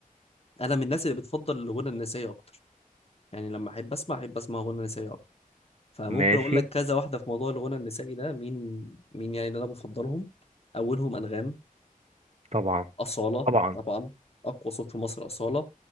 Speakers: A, on the left (about 45°); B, on the right (about 50°).
A: انا من الناس اللي بتفضل الغنى النسائي اكتر يعني لما احب اسمع احب اسمع غنى نسائي اكتر فممكن
B: ماشي
A: اقول لك كذا واحده في موضوع الغنى النسائي ده مين مين يعني اللي انا بفضلهم اولهم انغام
B: طبعا
A: اصاله
B: طبعا
A: طبعا اقوى صوت في مصر اصاله